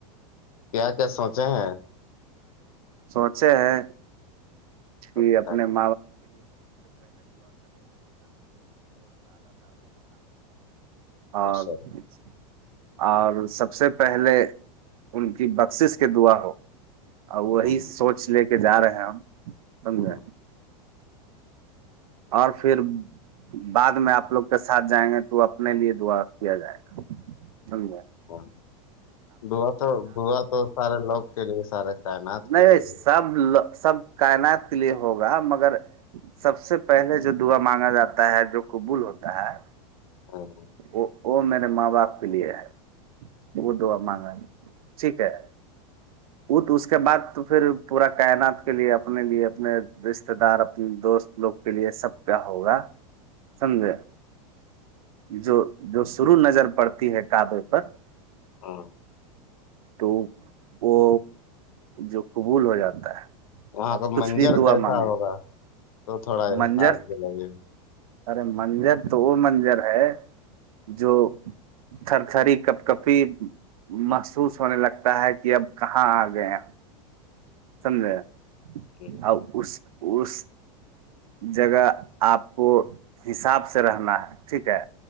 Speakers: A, on the left; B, on the right.
A: کیا کیا سوچا ہیں
B: سوچا ہے کہ
A: اور بتا
B: اپنے <unintelligible> ہاں
A: سر
B: بالک اور سب سے پہلے ان کی بخشش کے دعا ہو اور وہی
A: ہوں،
B: سوچ لے کے جا رہے ہیں ہم سمجھے
A: ہوں،
B: اور پھر بعد میں آپ لوگ کے ساتھ جائیں گے تو اپنے لیے دعا کیا جائے گا سجے
A: ہاں دوا تو دوا تو سارے لوگ کے لیے سارے کائنات
B: نہیں
A: کے لیے
B: بھائی
A: بھی
B: سبو سب کائنات لیے ہوگا مگر سب سے پہلے جو دعا مانگا جاتا ہے جو قبول ہوتا ہے
A: ا ہ
B: وہ وہ میرے ماں باپ کے لیے ہے وہ دعا مانگا ٹھیک ہے تو اس کے کے بع تو پھر پورا کائنات کے لیے اپنے لیے اپنے رشتے دار اپنے دوست لوگ کے لیے سب کیا ہوگا سمجے جو جو شروع نظر پڑتی ہے کعبے پر
A: ہاں
B: تو وہ جو قبول ہو جاتا ہے
A: وہاں
B: اب
A: کا
B: کچھ
A: منجر
B: بھی دعا
A: کیسا
B: مانگے
A: ہوگا تو تھوڑاساف
B: منظر
A: دلے
B: ارے منظر تو وہ منظر ہے جو تھر تھری کپ کپی محسوس ہونے لگتا ہے کہ اب کہاں آ گئے سمجھے
A: ہوں،
B: ہ پس اوس جگہ آپ کو حساب سے رہنا ہے ٹھیک ہے